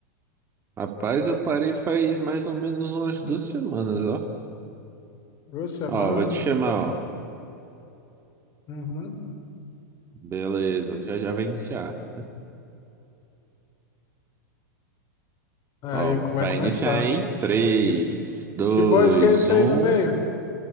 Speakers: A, on the right; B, on the left.
A: Rapaz, eu parei faz mais ou menos umas duas semanas, ó.
B: Duas semanas.
A: Ó, vou te chamar, ó.
B: Uhum.
A: Beleza, já já vai iniciar.
B: Aí
A: Ó,
B: co- vai
A: vai
B: começar.
A: iniciar em três
B: Que,
A: dois
B: que boys que é esse
A: um
B: aí no meio?